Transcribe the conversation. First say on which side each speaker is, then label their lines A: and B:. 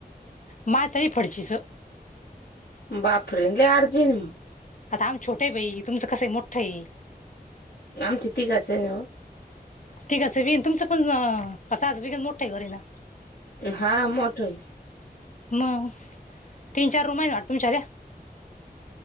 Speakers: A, on the left; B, on the left.
A: मा तरी फडचीचं,
B: बाप रे लय आर्जन हाय.
A: आता आम छोटे बाई तुमचं कसं मोठं आहे.
B: आमच्या तीघाच मिळून.
A: ठीकच बीन तुमचं पण तास बी मोठं घर आहे ना,
B: हा मोठ आहे.
A: मग तीन चार रूम आहे ना वाटत तुमच्यात,